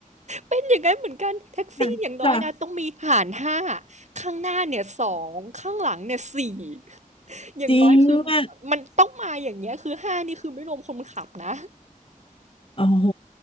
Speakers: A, on the right; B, on the left.
A: เป็นอย่างนั้นเหมือนกันแท็กซี่อย่างน้อยนะต้องมีหารห้า
B: ่ะค่ะ
A: ข้างหน้าเนี่ยสองข้างหลังเนี่ยสี่อย่างน้อยคือ
B: จริงอ่ะ
A: มันต้องมาอย่างเงี้ยคือห้านี่คือไม่รวมคนขับนะ
B: โอ้โห